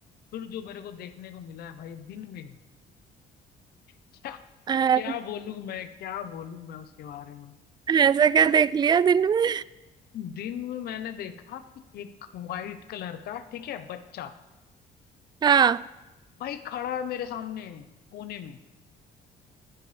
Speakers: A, on the left; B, on the right.
A: फिर जो मेरे को देखने को मिला है भाई दिन में क्या
B: अरे,
A: क्या बोलूं मैं क्या बोलूं मैं उसके बारे में
B: ऐसा क्या देख लिया दिन में
A: दिन में मैंने देखा कि एक वाइट कलर का ठीक है बच्चा
B: हाँ
A: भाई खड़ा है मेरे सामने कोने में